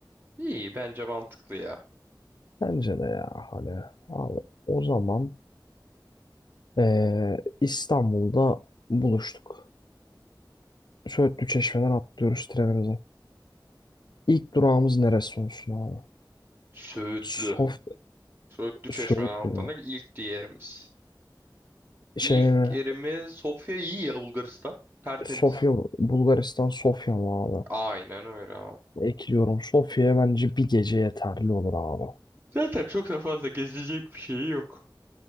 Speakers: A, on the right; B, on the left.
A: İyi, bence mantıklı ya.
B: Bence de ya hani abi o zaman Ee, İstanbul'da buluştuk. Söğütlü Çeşme'den atlıyoruz trenimize. İlk durağımız neresi olsun abi?
A: Söğütlü.
B: Sof
A: Söğütlü Çeşme'den
B: Söğütlü
A: atlandık.
B: mü?
A: ilk yerimiz.
B: Şey
A: İlk
B: mi?
A: yerimiz Sofya iyi ya Bulgaristan. Tertemiz.
B: Sofya, Bulgaristan Sofya mı abi?
A: Aynen öyle abi.
B: Ekliyorum. Sofya'ya bence bir gece yeterli olur abi.
A: Zaten çok da fazla gezilecek bir şey yok.